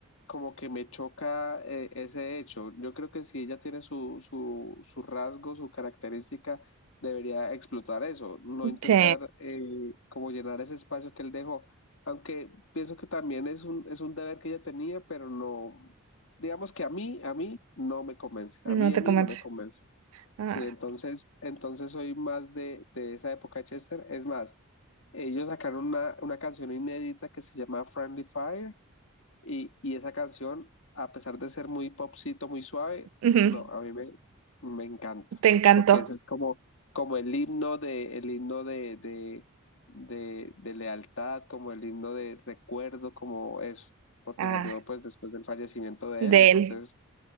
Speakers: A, on the left; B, on the right.
A: como que me choca eh, ese hecho. Yo creo que si ella tiene su, su, su rasgo, su característica, debería explotar eso, no intentar
B: Sí,
A: eh, como llenar ese espacio que él dejó. Aunque pienso que también es un, es un deber que ella tenía, pero no, digamos que a mí, a mí no me convence, a
B: no
A: mí,
B: te
A: a mí
B: convence.
A: no me convence.
B: Ah,
A: Sí, entonces, entonces soy más de, de esa época de Chester. Es más, ellos sacaron una, una canción inédita que se llama Friendly Fire y, y esa canción, a pesar de ser muy popcito, muy suave,
B: ujú.
A: no, a mí me, me encanta,
B: Te encantó.
A: porque ese es como, como el himno de, el himno de, de, de, de lealtad, como el himno de recuerdo, como eso, porque
B: Ah,
A: salió pues después del fallecimiento de
B: de
A: él, entonces
B: él.